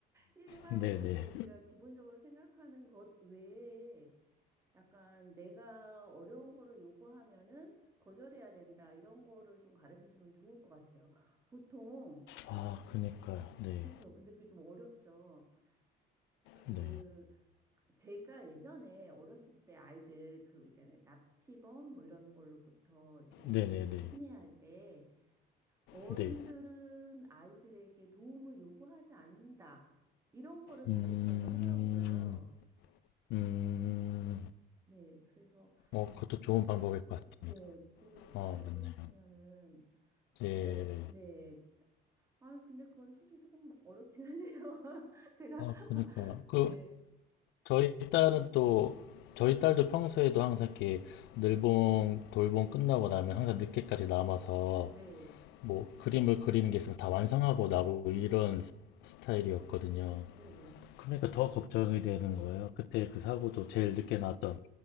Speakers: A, on the right (about 15°); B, on the left (about 85°).
A: 일반적인
B: 네네.
A: 그러니까 우리가 기본적으로 생각하는 것 외에 약간 내가 어려운 거를 요구하면은 거절해야 된다. 이런 거를 좀 가르쳐 주면 좋을 것 같아요. 보통,
B: 아, 그니까요. 네.
A: 그쵸. 근데 그게 좀 어렵죠. 그,
B: 네.
A: 제가 예전에 어렸을 때 아이들 그 이제 납치범 뭐 이런 걸로부터 이제
B: 네네네.
A: 조심해야 할 때 어른들은
B: 네.
A: 아이들에게 도움을 요구하지 않는다. 이런 거를 가르치라고
B: 음.
A: 하더라고요.
B: 음.
A: 네. 그래서,
B: 어, 그것도 좋은 방법일 것 같습니다.
A: 네. 그거를 좀
B: 어,
A: 알고
B: 맞네요.
A: 있으면은
B: 예.
A: 어, 네, 아, 근데 그건 솔직히 조금 어렵긴 하네요. <laughs> 제가,
B: 아, 그니까요. 그,
A: 네.
B: 저희 딸은 또, 저희 딸도 평소에도 항상 이렇게 늘봉, 돌봉 끝나고 나면 항상 늦게까지 남아서
A: 네.
B: 뭐 그림을 그리는 게 있으면 다 완성하고 나고 이런 스- 스타일이었거든요.
A: 네네.
B: 그러니까 더 걱정이 되는 거예요. 그때 그 사고도 제일 늦게 났던